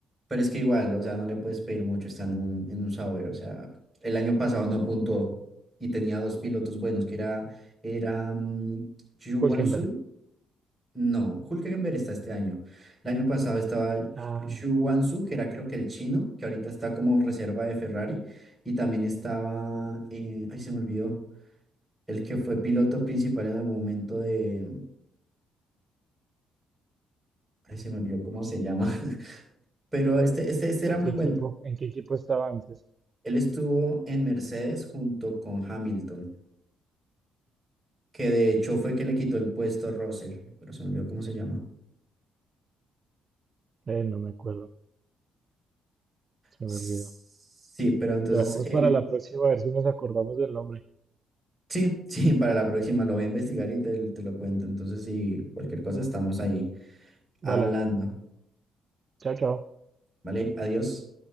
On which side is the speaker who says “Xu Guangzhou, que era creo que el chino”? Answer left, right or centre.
Right